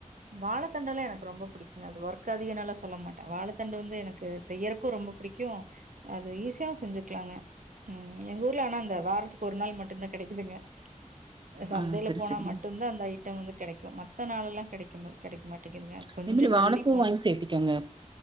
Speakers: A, on the right; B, on the right.
A: வாழத்தண்டெல்லா எனக்கு ரொம்ப பிடிக்குங்க அது ஒர்க்கு அதிகோனாலா சொல்ல மாட்டே வாழத்தண்டு வந்து எனக்கு செய்யறக்கு ரொம்ப ரொம்ப பிடிக்கு அது ஈஸியா செஞ்சுக்லாங்க ம் எங்க ஊர்ல ஆனா இந்த வாரத்துக்கு ஒரு நாள் மட்டுதா கெடைக்குதுங்க அசந்தையில
B: ஆ சரி
A: போனா
B: சரிங்க.
A: மட்டுந்தா அந்த ஐட்டோ வந்து கெடைக்கு மத்த நாளெல்லா கெடைக்குமா கெடைக் மாட் டகிதுங்க அது கொஞ்சோ
B: அதேமாரி
A: தள்ளி
B: வாழைப்பூ
A: போனு
B: வாங்கி சேத்துக்கோங்க.